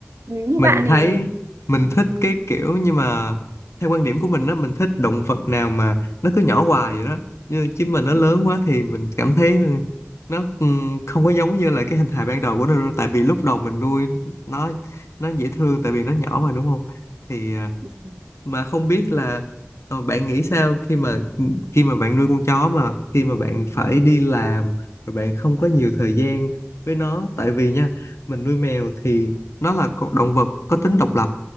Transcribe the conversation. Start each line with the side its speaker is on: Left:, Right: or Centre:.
Right: như
Left: mình
Right: bạn
Left: thấy
Right: thì
Left: mình
Right: ừ,
Left: thích cái kiểu nhưng mà theo quan điểm của mình á mình thích động vật nào mà nó cứ nhỏ hoài vậy đó như chim
Right: ừ,
Left: mình nó lớn quá thì mình cảm thấy nó ừm, không có giống như là cái hình hài ban đầu của nó đâu. tại vì lúc đầu mình nuôi nó nó dễ thương tại vì nó nhỏ mà đúng không thì à,
Right: ừ, ừ,
Left: mà không biết là ờ, bạn nghĩ sao khi mà ừ, khi mà bạn nuôi con chó mà khi mà bạn phải đi làm rồi bạn không có nhiều thời gian với nó tại vì nha mình nuôi mèo thì nó là con động vật có tính độc lập